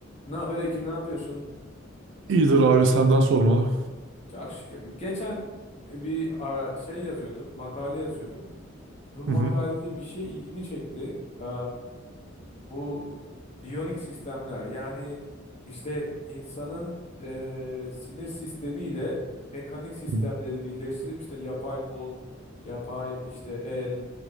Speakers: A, on the left; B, on the right.
A: Ne haber Ekin, ne yapıyorsun?
B: İyidir abi senden sormalı.
A: Çok şükür. Bir- Geçen e, bir ara- şey yazıyordum, makale yazıyordum. Bu makalede
B: Hı hı.
A: bir şey ilgimi çekti. Ee, bu biyonik sistemler yani işte insanın e, sinir sistemiyle mekanik sistemleri
B: Hı hı.
A: birleştirip işte yapay kol, yapay işte el